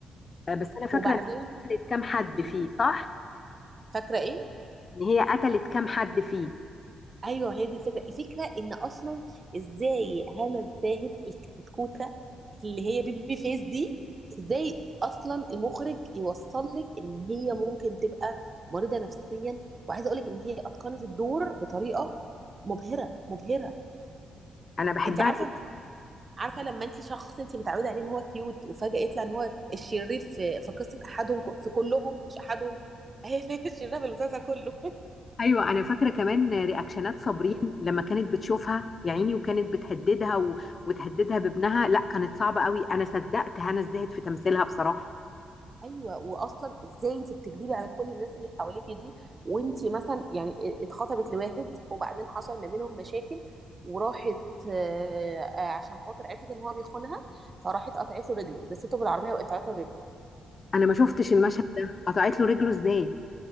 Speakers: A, on the left; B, on the right.
A: آه، بس أنا فاكرة
B: وبعدين
A: إن هي قتلت كام حد
B: قولي،
A: فيه صح؟
B: فاكره ايه
A: إن هي قتلت كام حد فيه
B: ايوه هي دي الفكره الفكره ان اصلا ازاي هنا الزاهد الكتكوته اللي هي بيبي فيس دي ازاي اصلا المخرج يوصل لك ان هي ممكن تبقى مريضه نفسيا وعايزه اقول لك ان هي اتقنت الدور بطريقه مبهره مبهره
A: أنا بحبها
B: انت عارفه
A: جدا
B: عارفه لما انت شخص انت متعوده عليه ان هو كيوت وفجاه يطلع ان هو الشرير في في قصه احدهم في كلهم مش احدهم هي <laughs> الشريره في المسلسل كله
A: أيوه أنا فاكرة كمان رياكشنات صابرين لما كانت بتشوفها يا عيني وكانت بتهددها و... وتهددها بابنها لا كانت صعبة قوي أنا صدقت هنا الزاهد في تمثيلها بصراحة
B: ايوه واصلا ازاي انت بتكذبي على كل الناس اللي حواليكي دي وانت مثلا يعني اتخطبت لواحد وبعدين حصل ما بينهم مشاكل وراحت آه، آه، عشان خاطر عرفت ان هو بيخونها فراحت قطعت له رجله دسته بالعربيه وقطعت له رجله
A: أنا ما شفتش المشهد ده قطعت له رجله إزاي؟